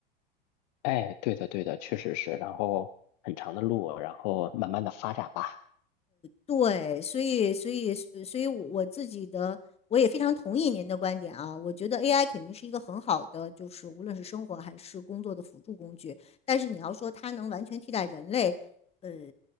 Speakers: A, on the left; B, on the left.
A: 哎，对的，对的，确实是。然后很长的路，然后慢慢的发展吧。
B: 对，所以所以呃所以我，我自己的我也非常同意您的观点啊。我觉得 AI 肯定是一个很好的，就是无论是生活还是工作的辅助工具。但是你要说它能完全替代人类，呃，